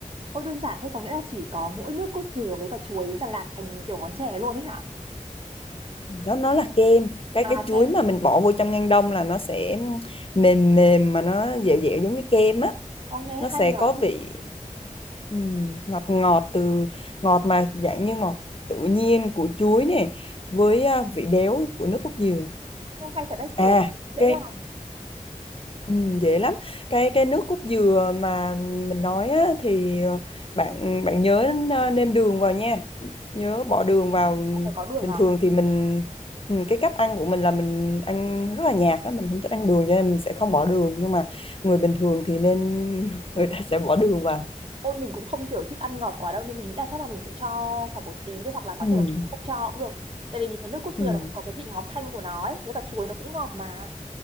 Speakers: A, on the right; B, on the left.
A: ô đơn giản thế có nghĩa là chỉ có mỗi nước cốt dừa với cả chuối với cả lạc thành kiểu món chè luôn ấy hả?
B: nó nó là kem cái
A: À,
B: cái chuối
A: kem.
B: mà mình bỏ vô trong ngăn đông là nó sẽ mềm mềm mà nó dẻo dẻo giống như kem á
A: Ô, nghe
B: nó
A: hay
B: sẽ
A: nhở.
B: có vị ừm, ngọt ngọt từ ngọt mà dạng như ngọt tự nhiên của chuối nè với à, vị béo của nước cốt dừa
A: Ô, hay thật đấy,
B: à
A: kiểu dễ
B: cái
A: làm.
B: Ừ, dễ lắm cái cái nước cốt dừa mà mình nói á, thì ờ, bạn bạn nhớ ờ, nêm đường vào nha nhớ bỏ đường vào
A: Ờ, Phải có đường
B: bình
A: à?
B: thường thì mình ừ, cái cách ăn của mình là mình ăn rất là nhạt á mình không thích ăn đường cho nên mình sẽ không bỏ đường nhưng mà người bình thường thì nên <laughs> người ta sẽ bỏ đường vào
A: ôi mình cũng không kiểu thích ăn ngọt quá đâu nên mình nghĩ là chắc là mình sẽ cho khoảng một tí thôi hoặc là có
B: ừ,
A: thể là cũng không cho cũng được. Tại vì mình thấy nước cốt
B: ừ.
A: dừa nó có cái vị ngọt thanh của nó ấy, với cả chuối nó cũng ngọt mà.